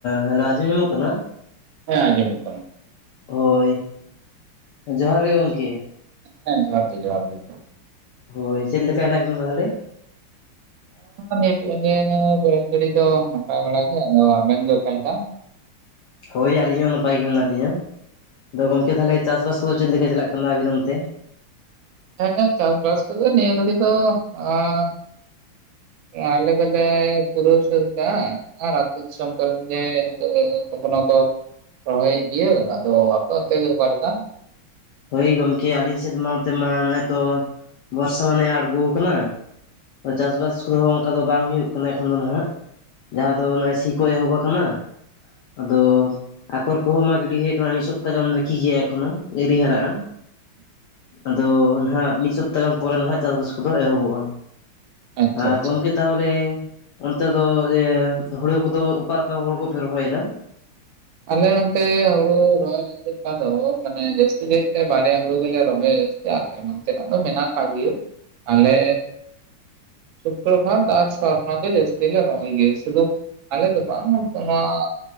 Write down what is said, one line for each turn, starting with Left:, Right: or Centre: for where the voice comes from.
Left: Hello ᱟᱸᱡᱚᱢ ᱧᱟᱢᱚᱜ ᱠᱟᱱᱟ?
Right: ᱦᱮᱸ ᱟᱸᱡᱚᱢᱚᱜ ᱠᱟᱱᱟ᱾
Left: ᱦᱚᱭ ᱡᱚᱦᱟᱨ ᱜᱮ ᱜᱚᱝᱠᱮ᱾
Right: ᱦᱮᱸ ᱡᱚᱦᱟᱨ ᱜᱮ ᱡᱚᱦᱟᱨ ᱜᱮ ᱡᱚᱦᱟᱨ
Left: ᱦᱚᱭ ᱪᱮᱫᱮ ᱞᱮᱠᱟ ᱦᱮᱱᱟᱜ ᱵᱤᱱᱟ ᱛᱟᱦᱚᱞᱮ?
Right: ᱱᱚᱜ-ᱚᱭ <inaudible> ᱱᱤᱭᱟᱹ ᱫᱚ ᱱᱟᱯᱟᱭ ᱵᱟᱲᱟ ᱜᱮ ᱟᱫᱚ ᱟᱵᱮᱱ ᱫᱚ ᱚᱠᱟ ᱞᱮᱠᱟ?
Left: ᱦᱟᱭ ᱟᱹᱞᱤᱧ ᱦᱚᱸ ᱱᱟᱯᱟᱭ ᱜᱮ ᱢᱮᱱᱟᱜ ᱞᱤᱧᱟᱹ ᱾ ᱟᱫᱚ ᱜᱚᱢᱠᱮ ᱛᱟᱦᱚᱞᱮ ᱪᱟᱥ ᱵᱟᱥ ᱠᱚ ᱫᱚ ᱪᱮᱫ ᱞᱮᱠᱟ ᱪᱟᱞᱟᱜ ᱠᱟᱱᱟ ᱟᱵᱤᱱ ᱚᱱᱛᱮ?
Right: ᱦᱮᱸ ᱦᱮᱸᱪᱟᱥ-ᱵᱟᱥ ᱠᱚᱫᱚ ᱱᱤᱭᱟᱹ ᱫᱚ <unintelligible> ᱟᱞᱮ ᱫᱚᱞᱮ ᱯᱩᱨᱟᱹᱣ ᱥᱟᱹᱫ ᱠᱟᱜ-ᱟ᱾ ᱨᱟ ᱟᱯᱮ ᱫᱤᱥᱚᱢ ᱠᱚᱨᱮᱱ ᱱᱤᱛᱚᱜ <unintelligible> ᱠᱚ ᱠᱟᱱᱟ ᱠᱚ᱾ ᱨᱚᱦᱚᱭᱮᱫ ᱜᱮᱤᱭᱟᱹ ᱟᱫᱚ ᱟᱯᱮ ᱚᱱᱛᱮ ᱫᱚ ᱚᱠᱟ ᱞᱮᱠᱟ?
Left: ᱦᱚᱳᱭ ᱜᱚᱢᱠᱮ ᱟᱹᱞᱤᱧ ᱥᱮᱫ ᱢᱟ ᱚᱱᱚᱛᱮ ᱢᱟ ᱱᱚᱜᱼᱚᱭ ᱛᱚ ᱵᱚᱨᱥᱟ ᱢᱟᱱᱮ ᱟᱬᱜᱚ ᱟᱠᱟᱱᱟ᱾ ᱪᱟᱥ ᱵᱟᱥ ᱠᱚ ᱫᱚ ᱚᱱᱠᱟ ᱫᱚ ᱵᱟᱝ ᱦᱩᱭᱩᱜ ᱠᱟᱱᱟ ᱮᱠᱷᱚᱱ ᱫᱚ ᱦᱟᱜ᱾ ᱡᱟᱦᱟᱸ ᱫᱚ ᱱᱚᱜᱼᱚᱭ ᱥᱤ ᱠᱚ ᱮᱦᱚᱵ ᱟᱠᱟᱱᱟ᱾ ᱟᱫᱚ ᱟᱠᱷᱚᱨ ᱠᱚ ᱦᱚᱸ ᱢᱟ ᱜᱤᱰᱤ ᱦᱩᱭ ᱟᱠᱟᱱᱟ ᱢᱤᱫ ᱥᱚᱯᱛᱟ ᱜᱟᱱ ᱵᱠᱤ ᱜᱮᱭᱟ ᱮᱠᱷᱚᱱᱚ᱾ ᱮᱤᱨᱤ ᱦᱟᱨᱟᱜᱼᱟ ᱟᱫᱚ ᱱᱟᱦᱱᱟᱜ ᱢᱤᱫ ᱥᱚᱯᱛᱟᱦ ᱜᱟᱱ ᱯᱚᱨᱮ ᱱᱟᱦᱟᱜ ᱪᱟᱥ-ᱵᱟᱥ ᱠᱚ ᱫᱚ ᱮᱦᱚᱵᱚᱜᱼᱟ᱾
Right: ᱟᱪᱪᱷᱟ
Left: ᱟᱨ
Right: ᱟᱪᱪᱷᱟ
Left: ᱜᱚᱢᱠᱮ ᱛᱟᱦᱚᱞᱮ ᱚᱱᱛᱮ ᱫᱚ ᱤᱭᱟᱹ ᱦᱩᱲᱩ ᱠᱚ ᱫᱚ ᱚᱠᱟ ᱚᱠᱟ ᱦᱳᱲᱳ ᱠᱚ ᱯᱮ ᱨᱚᱦᱚᱭ ᱮᱫᱟ?
Right: ᱟᱞᱮ ᱱᱚᱱᱛᱮ ᱦᱳᱨᱳ ᱨᱚᱦᱚᱭ ᱞᱮᱠᱟ ᱫᱚ ᱢᱟᱱᱮ ᱡᱟᱹᱥᱛᱤ ᱠᱟᱭ ᱛᱮ ᱵᱟᱨᱭᱟ ᱦᱩᱲᱩ ᱜᱮᱞᱮ ᱨᱚᱦᱚᱭ-ᱟ ᱡᱟᱹᱥᱛᱤ ᱟᱨ <unintelligible> ᱢᱮᱱᱟᱱ ᱛᱮᱱᱟᱜ ᱫᱚ ᱢᱮᱱᱟᱜ ᱠᱟᱜ ᱜᱮᱭᱟ ᱟᱞᱮ ᱥᱩᱯᱨᱚ ᱵᱷᱟᱫ ᱟᱨ ᱥᱚᱨᱱᱚ ᱜᱮ ᱡᱥᱛᱤ ᱞᱮ ᱨᱚᱦ ᱜᱮᱭᱟ ᱥᱩᱫᱩ ᱟᱞᱮ ᱫᱚ ᱵᱟᱝ ᱱᱚᱣᱟ